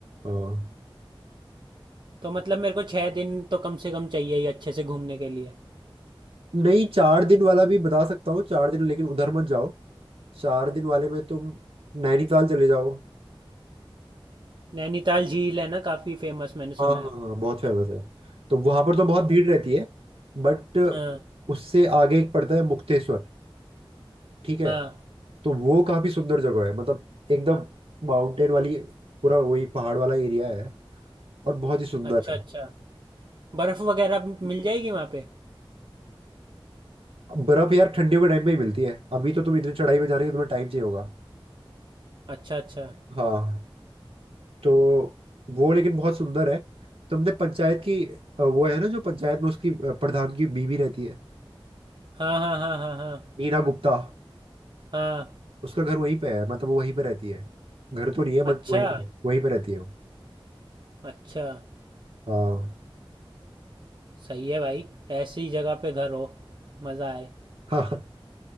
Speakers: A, on the right (about 80°); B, on the right (about 55°).
A: हाँ
B: तो मतलब मेरे को छः दिन तो कम से कम चाहिए ही अच्छे से घूमने के लिए
A: नहीं चार दिन वाला भी बता सकता हूँ चार दिन लेकिन उधर मत जाओ चार दिन वाले में तुम नैनीताल चले जाओ
B: नैनीताल झील है ना काफ़ी फेमस मैंने सुना
A: हाँ
B: है
A: हाँ हाँ बहुत फेमस है तो वहां पर तो बहुत
B: हाँ
A: भीड़ रहती है बट
B: हाँ
A: उससे आगे एक पड़ता है मुक्तेश्वर ठीक है
B: हाँ,
A: तो वो काफी सुंदर जगह है मतलब एकदम माउंटेन वाली पूरा वही पहाड़ वाला एरिया है और बहुत ही सुंदर
B: अच्छा
A: है
B: अच्छा बर्फ़ वगैरह भी मिल जाएगी वहाँ पे
A: बर्फ यार ठंडियों के टाइम में ही मिलती है अभी तो तुम इतनी चढ़ाई में जा रहे हो तुम्हें टाइम चाहिए होगा
B: अच्छा अच्छा
A: हाँ तो वो लेकिन बहुत सुंदर है तुमने पंचायत की अ, वो है ना जो पंचायत में उसकी अ, प्रधान की बीवी रहती है
B: हाँ हाँ हाँ हाँ हाँ
A: नीना गुप्ता
B: हाँ
A: उसका घर वहीं पे है मतलब वो वहीं पे रहती है घर तो नहीं है
B: अच्छा
A: बट वहीं पे वहीं पे रहती है वो
B: अच्छा
A: हाँ
B: सही है भाई ऐसी जगह पे घर हो मज़ा आए
A: हाँ